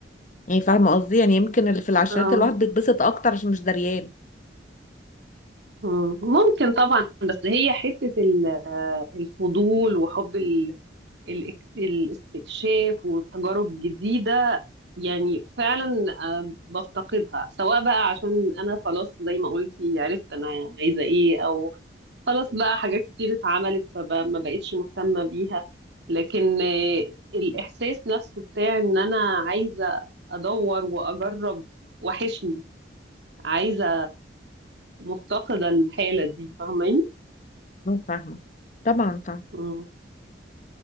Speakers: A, on the left; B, on the right.
A: يعني فاهمة قصدي يعني يمكن اللي في العشرات
B: اه
A: الواحد بيتبسط اكتر عشان مش دريان
B: مم. ممكن طبعا بس هي حته ال- آه، الفضول وحب ال- الاك- الاستكشاف وتجارب جديدة يعني فعلا آه، بفتقدها سواء بقى عشان أنا خلاص زي ما قلتي عرفت أنا عايزة إيه أو خلاص بقى حاجات كتير اتعملت فما بقتش مهتمة بيها لكن آه، الإحساس نفسه بتاع إن أنا عايزة أدور وأجرب وحشني عايزة مفتقدة الحالة دي فاهماني؟
A: مو فاهمة طبعا فاهمة
B: مم.